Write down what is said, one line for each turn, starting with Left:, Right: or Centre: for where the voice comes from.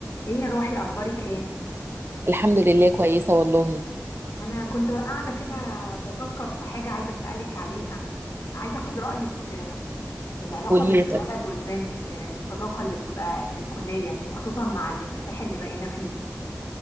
Left: ايه يا روحي اخبارك ايه
Right: الحمد لله كويسة والله
Left: انا كنت قاعده كده بفكر في حاجه عايزه اسالك عليها عايزه اخد رايك آه، في العلاقه
Right: قولي
Left: بين
Right: لي طيب <laughs>
Left: الولد والبنت آه، الصداقه اللي بتبقى في الكليه وخصوصا مع الانفتاح اللي بقينا فيه